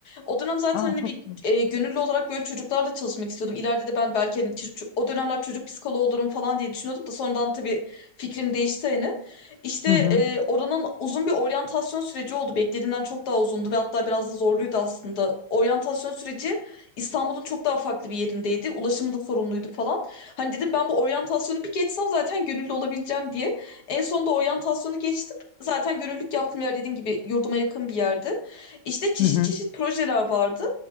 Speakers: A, on the left; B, on the left.
A: O dönem zaten
B: Aa
A: hani
B: çok
A: bir
B: güzel.
A: e, gönüllü olarak böyle çocuklarla çalışmak istiyordum. İleride de ben belki hani ç- ç- o dönemler çocuk psikoloğu olurum falan diye düşünüyordum da sonradan tabii fikrim değişti hani. İşte
B: Hı hı.
A: e, oranın uzun bir oryantasyon süreci oldu. Beklediğimden çok daha uzundu ve hatta biraz da zorluydu aslında. Oryantasyon süreci İstanbul'un çok daha farklı bir yerindeydi. Ulaşımı da sorumluydu falan. Hani dedim ben bu oryantasyonu bir geçsem zaten gönüllü olabileceğim diye. En sonunda oryantasyonu geçtim. Zaten gönüllülük yaptığım yer dediğim gibi yurduma yakın bir yerde. İşte çeşit
B: Hı hı.
A: çeşit projeler vardı.